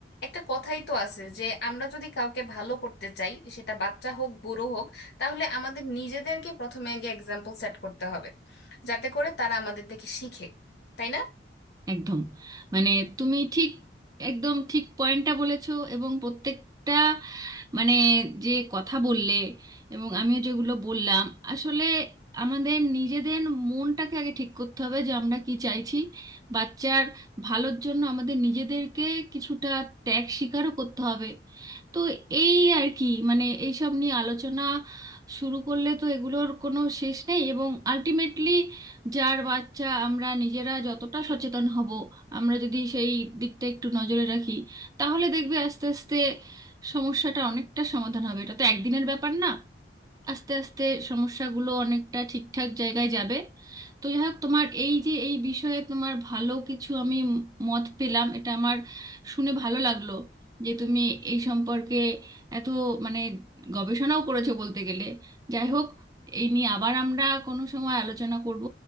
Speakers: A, on the left (about 65°); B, on the right (about 20°).
A: একটা কথাই তো আছে যে আমরা যদি কাউকে ভালো করতে চাই সেটা বাচ্চা হোক বুড়ো হোক তাহলে আমাদের নিজেদেরকে প্রথমে আগে এক্সাম্পল সেট করতে হবে যাতে করে তারা আমাদের দেখে শিখে তাই না
B: একদম মানে তুমি ঠিক একদম ঠিক পয়েন্টটা বলেছো এবং প্রত্যেকটা মানে যে কথা বললে এবং আমিও যেগুলো বললাম আসলে আমাদের নিজেদের মনটাকে আগে ঠিক করতে হবে যে আমরা কি চাইছি বাচ্চার ভালোর জন্য আমাদের নিজেদেরকে কিছুটা ত্যাগ স্বীকারও করতে হবে তো এই আর কি মানে এইসব নিয়ে আলোচনা শুরু করলে তো এগুলোর কোনো শেষ নেই এবং আলটিমেটলি যার বাচ্চা আমরা নিজেরা যতটা সচেতন হব আমরা যদি সেই দিকটা একটু নজরে রাখি তাহলে দেখবে আস্তে আস্তে সমস্যাটা অনেকটা সমাধান হবে এটা তো একদিনের ব্যাপার না আস্তে আস্তে সমস্যাগুলো অনেকটা ঠিকঠাক জায়গায় যাবে তো যাই হোক তোমার এই যে এই বিষয়ে তোমার ভালো কিছু আমি ম- মত পেলাম এটা আমার শুনে ভালো লাগলো যে তুমি এই সম্পর্কে এত মানে গবেষণাও করেছো বলতে গেলে যাই হোক এই নিয়ে আবার আমরা কোনো সময় আলোচনা করব